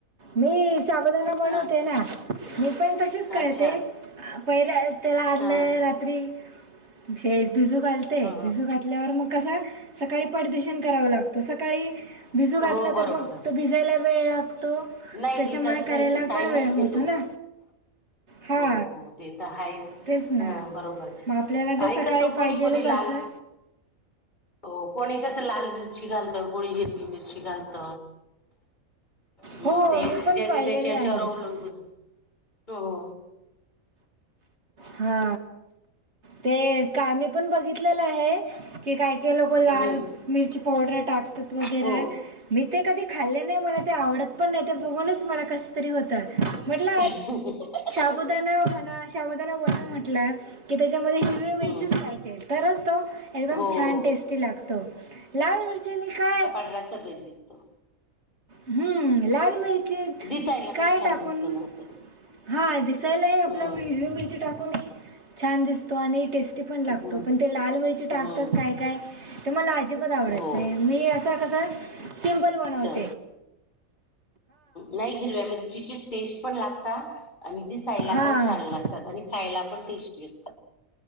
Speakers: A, on the right; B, on the left.
A: मी साबुदाणा बनवते
B: हा
A: ना. मी पण तसेच करते.
B: अच्छा
A: पहिल्या त्याला आदलं
B: हा
A: रात्री हे भीजू घाल ते.
B: हा
A: भिजू घातल्यावर मग कसा सकाळी पटदिशिन कराव लागत. सकाळी भिजू घातला
B: हो बरोबर.
A: तर मग, तो भिजायला वेळ लागतो.
B: नाही
A: त्याच्यामुळे
B: भिजत नाही
A: करायला
B: ते टाइमच
A: पण वेळ
B: घेतो.
A: होतो ना. हा.
B: हो हो, ते तर आहेच.
A: तेच ना
B: हा बरोबर आहे.
A: मग आपल्याला तर
B: आईस
A: सकाळी
B: कोणी
A: पाहिजेलच
B: दिली पुरी लाल
A: असं
B: हो. कोणी कसं लाल मिरची घालत कोणी हिरवी मिरची घालत. हम.
A: हो
B: ते
A: मी
B: जे
A: पण
B: ज्याच्या
A: पाहिलेले
B: त्याच्यावर
A: आहेत
B: अवलंबून हो.
A: हा ते का मी पण बघितलेलं आहे. की काय काही लोक लाल
B: हं
A: मिरची पावडर टाकतात वगैरा.
B: हो
A: मी ते कधी खाल्ले नाही. मला ते आवडत पण नाही. ते बघूनच मला कस तरी होत म्हटल
B: <unintelligible>
A: शाबुदाणा म्हणा, शाबुदाणा वड म्हटला की त्याच्यामध्ये हिरवी मिरचीच
B: हं
A: पाहिजेल. तरच तो एकदम
B: हो
A: छान टेस्टी लागतो. लाल मिरची नि काय
B: त्याला भेद दिसतो.
A: हम्म. लाल मिर ते
B: दिसायला
A: काय
B: पण छान
A: टाकून.
B: दिसतो ना असं
A: हा दिसायलाही. आपली
B: हं
A: हिरवी मिरची टाक ले छान दिसतो आणि टेस्टी पण लागतो.
B: हं
A: पण ते लाल मिरची टाकतात
B: हं
A: काय काय तर मला अजिबात आवडत
B: हो
A: नाही. मी असा कसा सिम्पल बनवतो.
B: हम. नाही हिरव्या मिरचीचे टेस्ट पण लागतात आणि दिस सायला
A: हां.
B: पण छान लागतात आणि खायला पण टेस्ट असतात.